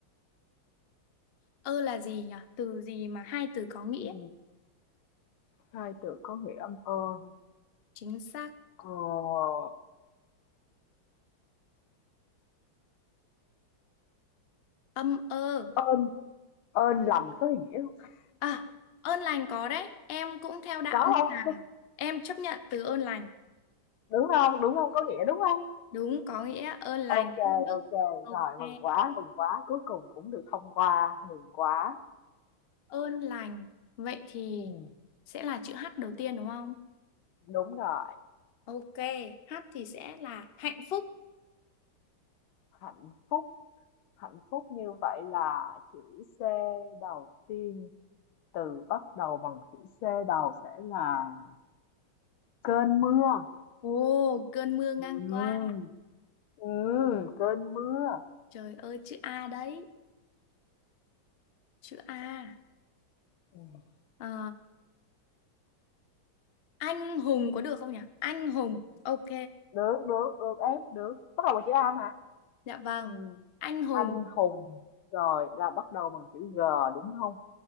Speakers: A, on the left; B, on the left.
A: ơ là gì nhỉ từ gì mà hai từ có nghĩa
B: ừ. hai từ có nghĩa âm ơ
A: chính xác
B: ờ
A: âm ơ
B: ơn ơn lành có nghĩa không?
A: À, ơn lành có đấy, em cũng theo đạo
B: có
A: nên là
B: không
A: em chấp nhận từ ơn lành.
B: đúng không đúng không có nghĩa đúng không
A: Đúng, có nghĩa ơn lành,
B: ok
A: phúc đức.
B: ok
A: Ok,
B: rồi mừng quá, mừng quá, cuối cùng cũng được thông qua, mừng quá.
A: ơn lành. Vậy thì
B: Ừm,
A: sẽ là chữ H đầu tiên đúng không?
B: đúng rồi,
A: Ok, H thì sẽ là hạnh phúc.
B: hạnh phúc, hạnh phúc như vậy là chữ C đầu tiên, từ bắt đầu bằng chữ C đầu sẽ là cơn mưa.
A: Ồ, cơn mưa ngang
B: Ừm,
A: qua.
B: ừm, cơn mưa.
A: Trời ơi, chữ A đấy, chữ A.
B: Ừm,
A: Ờ, anh hùng có được không nhỉ? Anh hùng, ok.
B: Được, được, được em, được. Bắt đầu bằng chữ A mà.
A: Dạ vâng,
B: Ừm,
A: anh hùng.
B: anh hùng, rồi là bắt đầu bằng chữ G đúng không?